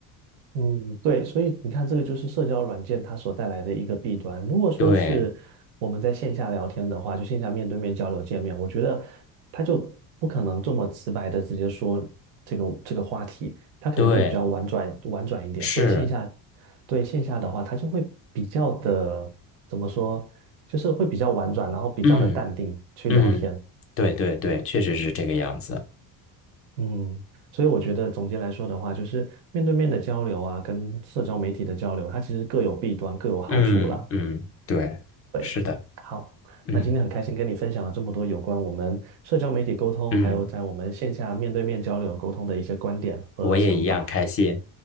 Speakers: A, on the right; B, on the left.
A: 嗯，对，所以你看，这个就是社交软件它所带来的一个弊端。如果说是我们在线下聊天的话，
B: 对
A: 就线下面对面交流见面，我觉得他就不可能这么直白的直接说这个这个话题，他可能就会比较婉转婉转一点。
B: 对，是，
A: 所以线下对线下的话，他就会比较的怎么说，就是会比较婉转，然后比较的淡定去聊天。
B: 嗯嗯，对对对，确实是这个样子。
A: 嗯，所以我觉得总结来说的话，就是面对面的交流啊，跟社交媒体的交流，它其实各有弊端，各有好处啦。
B: 嗯嗯，对，
A: 对，
B: 是的，
A: 好，
B: 嗯
A: 那今天很开心跟你分享了这么多有关我们社交媒体沟通，
B: 嗯，
A: 还有在我们线下面对面交流沟通的一些观点和想法。
B: 我也一样开心，